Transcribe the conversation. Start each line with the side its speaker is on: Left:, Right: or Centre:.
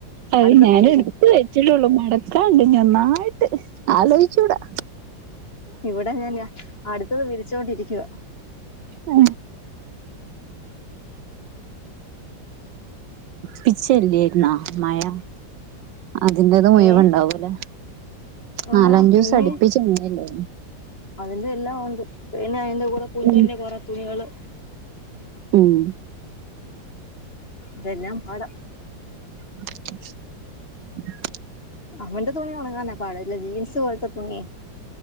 Right: അത്
Left: അടുത്ത
Right: ഞാനെട്ത്ത്
Left: തുണി വിരിക്കുക
Right: വെച്ചിട്ടാെള്ളു മടക്കാണ്ട് ഞ്ഞാെന്നായ്ട്ട് ആലോയ്ച്ചൂടാ
Left: ഇവിടെ ഞാൻ അടുത്തത് വിരിച്ചോണ്ടിരിക്കുവ
Right: ആ ട്പ്പിച്ചെല്ലേയ്ര്ന്നോ മയ അതിൻ്റെത് മുയ്‌വംണ്ടാവുലേ
Left: ഏ ആ
Right: നാലഞ്ചു
Left: പിന്നെ
Right: ദിവസം അടുപ്പിച്ച് മഴ ല്ലായിരുന്നോ
Left: അതിന്റെ എല്ലാം ഉണ്ട് പിന്നെ അതിന്റെ കൂടെ കുഞ്ഞിന്റെ
Right: ഉം
Left: കുറെ തുണികള്
Right: ഉം
Left: ഇതെല്ലാം പാട
Right: ശബ്ദം ക്ലിയർ അല്ല
Left: അവന്റെ തുണി ഉണങ്ങാന പാട് ഇല്ല ജീൻസ് പോലത്തെ തുണിയെ